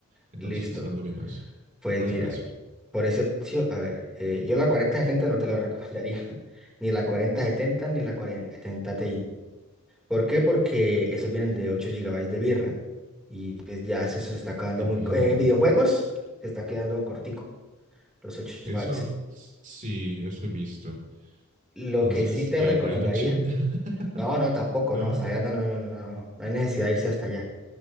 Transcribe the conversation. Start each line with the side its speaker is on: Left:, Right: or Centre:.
Right: Entonces
Centre: listo.
Right: ando viendo eso.
Centre: Pues
Right: Por ese
Centre: mira,
Right: precio.
Centre: por ese precio, a ver, eh, yo la cuarenta setenta no te la recomendaría, <laughs> ni la cuarenta setenta ni la cuarenta setenta Ti. ¿Por qué? Porque esos vienen de 8 gigabytes de birra. Y pues ya eso se está quedando
Right: De
Centre: muy...
Right: pirra.
Centre: co- eh, En videojuegos se está quedando cortico, los 8 gigabytes.
Right: Eso sí, eso he visto.
Centre: Lo
Right: Entonces,
Centre: que sí te
Right: que
Centre: recomendaría...
Right: cuarenta ochenta <laughs>
Centre: No, no, tampoco,
Right: No.
Centre: no, hasta allá, no, no, no, no, no, no, no hay necesidad de irse hasta allá.